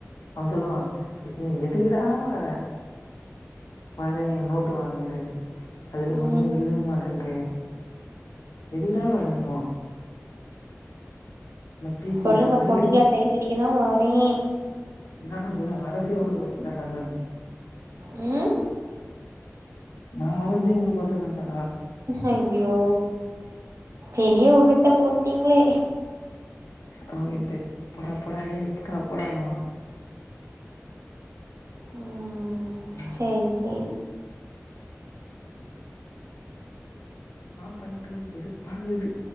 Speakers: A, on the left (about 85°); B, on the right (about 70°).
A: அவ சொல்லுவா விஸ்னு எதுக்கூடா வர வறே நோட்டு வாங்கறது அதுல
B: ம்
A: ஒண்ண எழுதவு மாட்டேன்ற எதுகடா வரன்னுவா மச்சி
B: சொல்லுங்க
A: நா வரது
B: பொண்ணுங்கள சைட்டடிக்கதா வாரே
A: நானா சொன்ன வரத்தே ஒனக் கொசரோ தான்டாங்றாங்
B: ம்
A: நா வர்றதே ஒனக் கோசந்தாண்டா
B: ஹய்யோ பெரிய உருட்ட போட்டீங்ளே
A: அவகிட்ட போடாப்போடா டேய் போடாப்போடா ன்னுவா
B: ம்
A: என்னா
B: சரி சரி
A: இன்னா பண்றது வெறுப்பாகுது